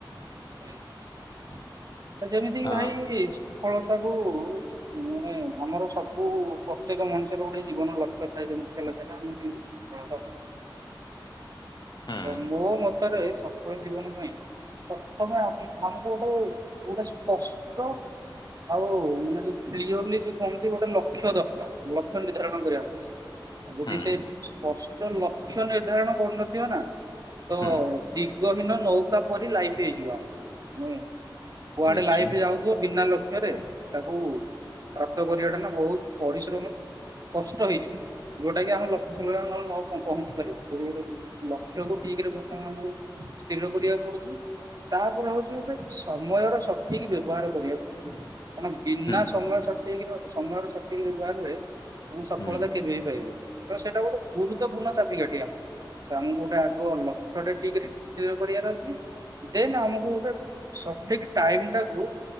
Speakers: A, on the right (about 50°); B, on the left (about 55°).
A: <unintelligible> ଯେମିତିକି
B: ଆ
A: ଭାଇଜ୍ ଫଳତାକୁ ନେ ଆମର ସବୁ ପ୍ରତ୍ୟେକ ମଣିଷର ଗୋଟେ ଜୀବନର ଲକ୍ଷ୍ୟ ଥାଏ ଯେ ମୁଖ୍ୟ ଲକ୍ଷ୍ୟ ତା ଆମଁ କି <unintelligible> ହଁ
B: ହୁଁ
A: ଓ ମୋ ମତରେ ସଫଳ ଜୀବନ ପାଇଁ ସମୟ ଆପି ଆମକୁ ଗୋଟେ ଗୋଟେ ସ୍ପଷ୍ଟ ଆଉ ମାନେ ଯୋଉ କ୍ଲିୟରଲି ଯୋଉ କହନ୍ତି ଗୋଟେ ଲକ୍ଷ୍ୟ ଦରକାର ଲକ୍ଷ୍ୟ ନିର୍ଦ୍ଧାରଣ କରିବାକୁ ଯଦି
B: ହୁଁ
A: ସେ ସ୍ପଷ୍ଟ ଲ କ୍ଷ୍ୟ ନିର୍ଦ୍ଧାରଣ କରୁନଥିବେ ନା ତ
B: ହୁଁ
A: ଦିଗହୀନ ନୌକା ପରି ଲାଇଫ୍ ଫି ହୋଇଯିବ ଆଉ <unintelligible> କୁଆଡେ
B: ନିଶ୍ଚୟ
A: ଲାଇଫ୍ ଯାଉ ଥୁଅ ବିନା ଲକ୍ଷ୍ୟରେ ତାକୁ ପ୍ରାପ୍ତ କରିବାଟା ନା ବହୁତ୍ ପରିଶ୍ରମ କଷ୍ଟ ହେଇଛୁ ଯୋଉଟା କି ଆମ ଲକ୍ଷ ସ୍ଥଳିରେ ଆମ ନ ପ ପହଞ୍ଚି ପାରିବୋ। <unintelligible> ଲକ୍ଷ୍ୟକୁ ଠିକ୍ ରେ ବହୁତ୍ କାମ ଆମକୁ ସ୍ଥିର କରିବାକୁ ପଡୁଛି ତାପରେ ହଉଛି ଗୋଟେ ସମୟର ସଠିକ୍ ବ୍ୟବହାର କରିବାକୁ କାରଣ ବିନା
B: ହୁଁ
A: ସମୟ ସ ଠିକ୍ ର ସମୟର ସଠିକ୍ ବ୍ୟବହାରରେ ତମେ ସଫଳତା
B: ହୁଁ
A: କେବେ ବି ପାଇବନି। ତ ସେଟା ଗୋଟେ ଗୁରୁତ୍ୱପୂର୍ଣ୍ଣ ଚାପି କାଠି ଆମର। ତ ଆମକୁ ଗୋଟେ ଆଗ ଲକ୍ଷ୍ୟ ଟା ଠିକରେ ସ୍ଥିର କରିବାର ଅଛି। ଦେନ ଆମକୁ ଗୋଟେ ସଠିକ ଟାଇମଟା କୁ